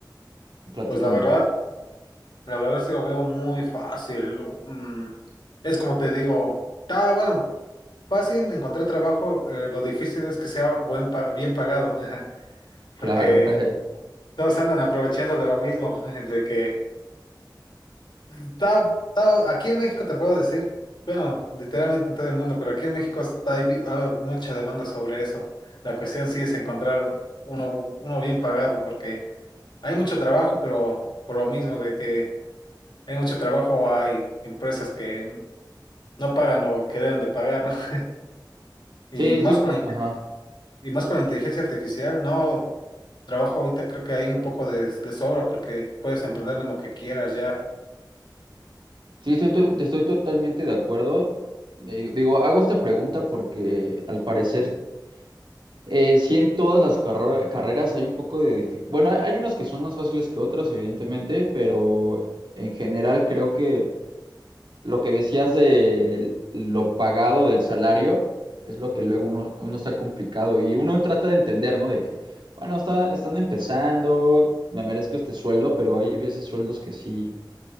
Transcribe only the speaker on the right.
Platícame.
Claro.
<laughs>
Sí,
soy,
ajá.
Sí, estoy, to- te estoy totalmente de acuerdo. Digo, digo, hago esta pregunta porque al parecer eh, sí en todas las carro- carreras hay un poco de dificultad. Bueno, hay hay unas que son más fáciles que otras, evidentemente, pero en general creo que lo que decías de lo pagado del salario es lo que luego uno, uno está complicado y uno trata de entender, ¿no? De que, bueno, está, están empezando, me merezco este sueldo, pero hay veces sueldos que sí